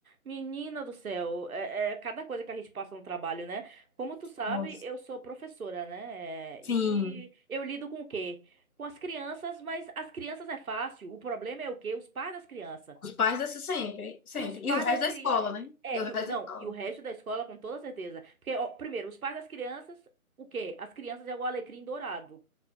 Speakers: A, on the right (about 70°); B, on the left (about 75°).
A: Menina do céu, é, é cada coisa que a gente passa no trabalho, né? Como tu sabe,
B: Nossa.
A: eu sou professora, né? É,
B: Sim,
A: E eu lido com o quê? Com as crianças, mas as crianças é fácil. O problema é o quê? Os pais das crianças.
B: os pais dessa sempre, sempre.
A: Que os pais
B: E o resto
A: das
B: da
A: crianças.
B: escola, né?
A: É,
B: E o resto
A: e o- não,
B: da escola.
A: e o resto da escola, com toda certeza. Porque, ó, primeiro, os pais das crianças, o quê? As crianças é o alecrim dourado.